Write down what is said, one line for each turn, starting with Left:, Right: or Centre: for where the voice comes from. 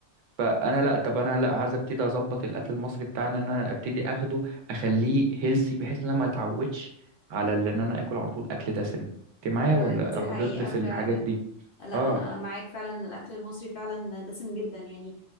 Right: فانا لا طب انا لا عايز ابتدي اظبط الاكل المصري بتاعنا ان انا ابتدي اخده اخليه هيلسي بحيث ان انا ما اتعودش على ال- ان انا اكل على طول اكل دسم انت معايا
Left: ايوه
Right: ولا
Left: دي
Right: او
Left: حقيقه
Right: ضد في
Left: فعلا
Right: الحاجات دي
Left: لا
Right: اه
Left: انا معاك فعلا إن الاكل المصري فعلا دسم جدا يعني